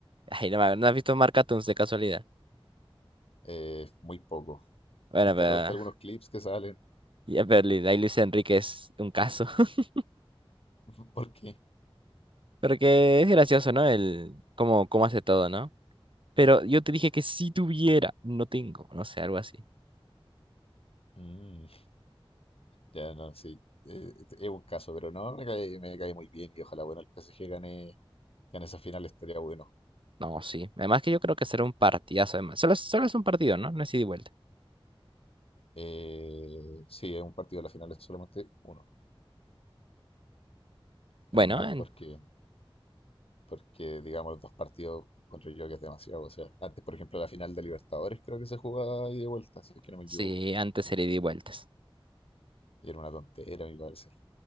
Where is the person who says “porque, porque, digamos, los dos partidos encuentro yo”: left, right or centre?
Left